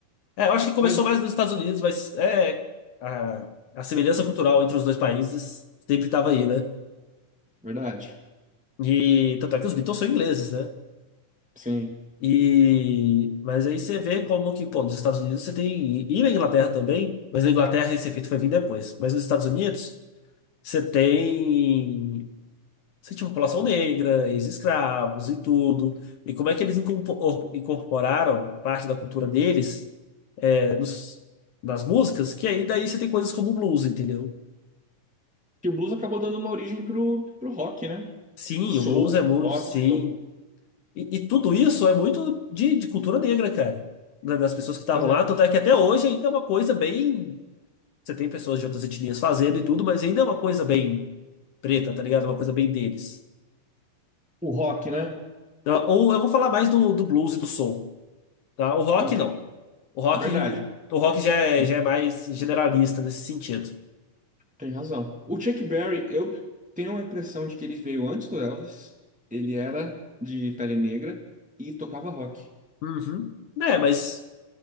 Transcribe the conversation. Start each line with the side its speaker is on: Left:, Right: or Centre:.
Left: É, eu acho que começou
Centre: Mas,
Left: mais nos Estados Unidos, mas é a, a semelhança cultural entre os dois países sempre estava aí, né?
Centre: verdade,
Left: E tanto é que os Beatles são ingleses, né?
Centre: sim.
Left: E mas aí você vê como que, pô, nos Estados Unidos você tem e na Inglaterra também, mas na Inglaterra esse efeito foi vir depois. Mas nos Estados Unidos você tem você tinha população negra, ex-escravos e tudo. E como é que eles incorpor- incorporaram parte da cultura deles é, nos, nas músicas? Que aí daí você tem coisas como o blues, entendeu?
Centre: Que o blues acabou dando uma origem pro, pro rock, né?
Left: Sim,
Centre: O soul,
Left: o blues é muito,
Centre: gospel.
Left: sim. E, e tudo isso é muito de, de cultura negra, cara. Da- Das pessoas que estavam
Centre: Pois é.
Left: lá, tanto é que até hoje ainda é uma coisa bem. Você tem pessoas de outras etnias fazendo e tudo, mas ainda é uma coisa bem preta, tá ligado? É Uma coisa bem deles.
Centre: O rock, né?
Left: Então, Ou eu vou falar mais do, do blues e do soul, tá? O rock
Centre: Entendi.
Left: não. O rock,
Centre: Verdade.
Left: o rock já é,
Centre: Uhum.
Left: já é mais generalista nesse sentido.
Centre: Tem razão. O Chuck Berry, eu tenho a impressão de que ele veio antes do Elvis. Ele era de pele negra e tocava rock.
Left: Uhum. É, mas